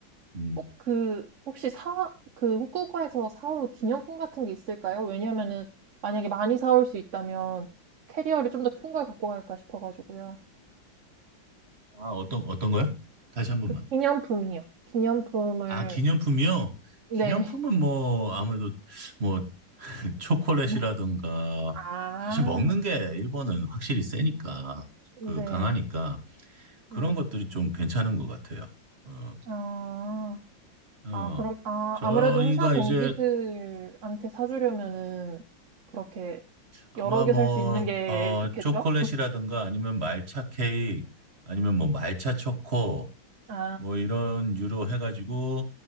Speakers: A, on the right (about 35°); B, on the right (about 50°).
A: 음,
B: 꼭 그, 혹시 사, 그 후쿠오카에서 사올 기념품 같은 게 있을까요? 왜냐면은 만약에 많이 사올 수 있다면 캐리어를 좀 더 큰 걸 갖고 갈까 싶어가지고요.
A: 아, 어떤, 어떤 거요? 다시 한 번만.
B: 그 기념품이요. 기념품을,
A: 아, 기념품이요?
B: 네.
A: 기념품은 뭐 아무래도 뭐 <laughs> 초콜릿이라든가
B: <laughs> 아,
A: 사실 먹는 게 일본은 확실히 세니까 그
B: 네.
A: 강하니까 그런
B: 네.
A: 것들이 좀 괜찮은 것 같아요. 어,
B: 아,
A: 어.
B: 아, 그럼, 아,
A: 저희가
B: 아무래도 회사 동기들한테
A: 이제
B: 사주려면은 그렇게
A: 아마
B: 여러 개
A: 뭐
B: 살 수 있는 게
A: 어,
B: 좋겠죠?
A: 초콜릿이라든가 아니면 말차 케이크 아니면 뭐 말차 초코
B: 아,
A: 뭐 이런 유로 해가지고